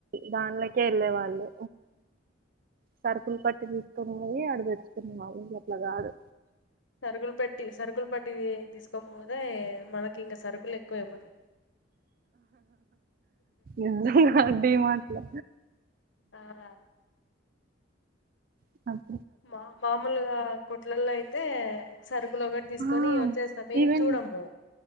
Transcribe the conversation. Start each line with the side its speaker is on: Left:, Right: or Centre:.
Right: దానిలోకే వెళ్ళే వాళ్ళు సరుకులు పట్టి తీసుకున్నవి అడ తెచ్చుకున్నావి అట్లా కాదు
Left: సరుకులు పెట్టి సరుకులు పట్టి తీసుకోనిపోతే మనకి ఇంకా సరుకులు ఎక్కువ అయిపోతాయి
Right: ఎందోలె ఆ డి మాట్లు
Left: ఆ
Right: అ
Left: మా మామూలుగా కొట్లల్లో అయితే సరుకులు ఒకటి తీసుకొని
Right: ఆ
Left: వచ్చేస్తాం ఏం
Right: ఈవెన్
Left: చూడము